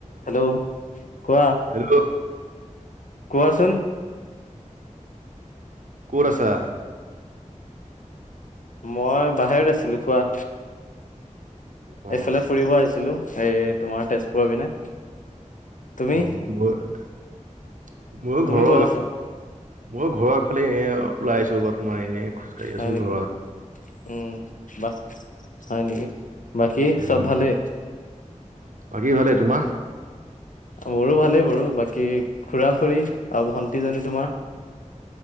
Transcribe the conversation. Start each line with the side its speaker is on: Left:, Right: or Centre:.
Left: Hello কোৱা।
Right: Hello
Left: কোৱাচোন।
Right: কোত আছা?
Left: মই বাহিৰত আছিলো কোৱা।
Right: অ
Left: এইফালে ফুৰিব আহিছিলো এই তোমাৰ তেজপুৰৰ পিনে।
Right: <unintelligible>
Left: তুমি
Right: ময়ো
Left: তুমি
Right: ঘৰৰ,
Left: ক'ত আছা
Right: ময়ো ঘৰৰফালে এ ওলাই আছো তোমাৰ এনে। খোজকাঢ়ি
Left: হয়
Right: আছোঁ
Left: নেকি
Right: <unintelligible>
Left: উম বাচ হয় নেকি বাকী
Right: উম,
Left: চব ভালেই
Right: বাকী ভালে তোমাৰ
Left: মোৰো ভালেই বাৰু বাকী খুৰা খুৰী আৰু ভণ্টিজনী তোমাৰ